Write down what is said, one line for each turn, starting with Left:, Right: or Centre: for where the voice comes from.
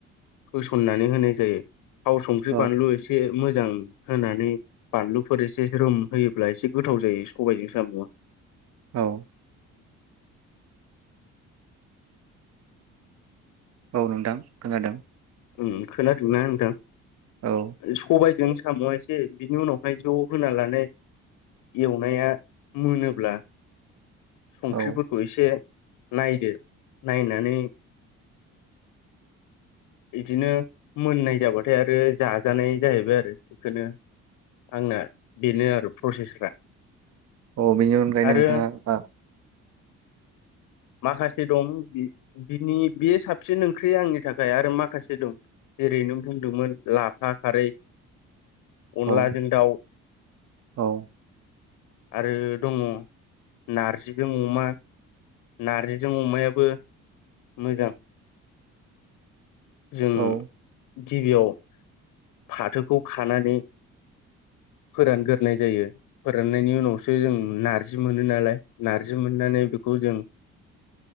Left: होसननानै होनाय जायो। थाव संख्रि
Right: औ
Left: बानलु एसे मोजां होनानै बानलुफोर एसे ज्रोम होयोब्ला एसे गोथाव जायो सबायजों साम'आ।
Right: औ। औ नोंथां खोनादों।
Left: उम खोनादोंना नोंथां?
Right: औ
Left: सबाय जों साम' एसे बिनि उनावहाय ज' होना लानो एवनाया मोनोब्ला संख्रिफोरखौ
Right: औ
Left: एसे नायदो नायनानै बिदिनो मोननाय जाबाथाय आरो जाजानाय जाहैबाय आरो बेखौनो आंना बेनो आरो प्रसेसफ्रा
Right: अ बेनि अनगायै
Left: आरो
Right: नोंथाङा ओ
Left: माखासे दं बिनि बे साबसिन ओंख्रि आंनि थाखाय आरो माखासे दं जेरैनों बुंदोंमोन लाफा खारै अनलाजों
Right: औ
Left: दाउ
Right: औ
Left: आरो दङ नारजिजों अमा नारजिजों अमायाबो मोजां जों
Right: औ
Left: गिबियाव फाथोखौ खानानै फोरानग्रोनाय जायो फोराननायनि उनावसो जों नार जि मोनो नालाय नार्जि मोननानै बेखौ जों